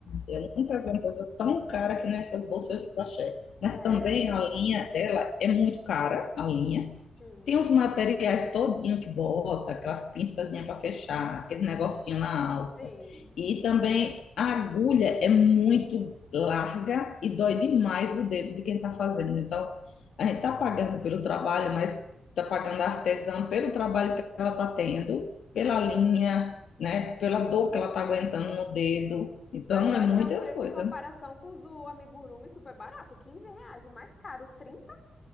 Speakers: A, on the left; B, on the left.
A: Eu nunca vi uma coisa tão cara que nessas bolsas de crochê. Mas
B: É,
A: também a linha dela é muito cara, a linha.
B: sim,
A: Tem os materiais todinho que bota, aquelas pinçazinhas para fechar, aquele negocinho na alça.
B: sim,
A: E também a agulha é muito larga e dói demais o dedo de quem está fazendo. Então, a gente está pagando pelo trabalho, mas está pagando a artesã pelo trabalho que ela está tendo, pela linha, né? Pela dor
B: sim.
A: que ela está aguentando no dedo. Então,
B: Mas eu
A: é
B: achei
A: muitas
B: o preço
A: coisas.
B: em comparação com o do Amigurumi super barato, 15 reais. O mais caro, 30.